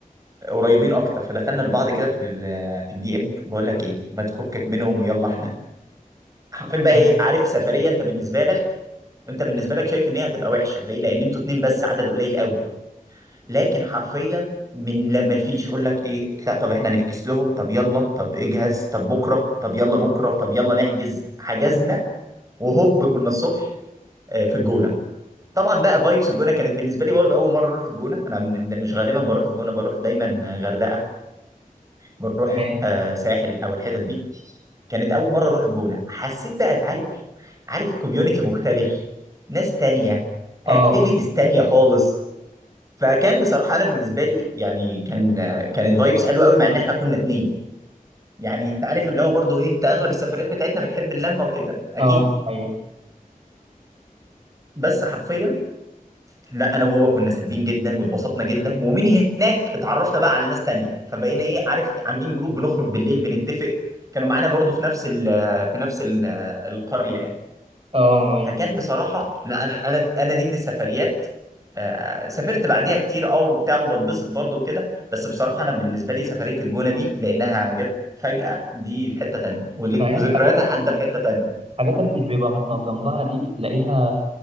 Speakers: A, on the right; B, on the right.
A: قريبين اكتر فدخلنا لبعض كده في ال في الدي ام بقول لك ايه ما تفكك منهم ويلا احنا حرفيا بقى
B: حلو.
A: ايه عارف سفريه انت بالنسبه لك انت بالنسبه لك شايف ان هي هتبقى وحشه ليه لان انتوا اتنين بس عدد قليل قوي لكن حرفيا من لا ما فيش يقول لك ايه لا طب احنا نفكس لهم طب يلا طب اجهز طب بكره طب يلا بكره طب يلا نحجز حجزنا وهوب كنا الصبح آه، في الجونه طبعا بقى فايبس الجونه كانت بالنسبه لي برضه اول مره اروح الجونه انا من- مش غالبا بروح الجونه بروح دايما غردقه بروح
B: ماشي
A: آه، ساحل او الحتت دي كانت اول مره اروح الجونه حسيت بقى عارف عارف كوميونتي مختلف ناس تانية
B: اه
A: اكتيفيتيز تانية خالص فكان بصراحه انا بالنسبه لي يعني كان كانت فايبس حلوه قوي مع ان احنا كنا اتنين يعني انت عارف اللي هو برضو ايه انت اغلب السفريات بتاعتنا بتحب اللمه وكده اكيد
B: اه ايوه
A: بس حرفيا لا انا وهو كنا سادين جدا واتبسطنا جدا ومن هناك اتعرفت بقى على ناس تانية فبقينا ايه عارف عاملين جروب بنخرج بالليل بنتفق كانوا معانا برضو في نفس ال في نفس ال- القريه يعني
B: اه ايوه
A: فكان بصراحه لا انا انا دي انا دي من السفريات آه، سافرت بعديها كتير اه وبتاع وبتبسط برضه وكده بس بصراحه انا بالنسبه لي سفريه الجونه دي لانها جت فجاه دي في حته تانيه وذك-
B: فهي
A: وذكرياتها
B: الحاجات ال-
A: حتى في حته تانيه
B: الحاجات اللي مش بيبقى متنظم لها دي بتلاقيها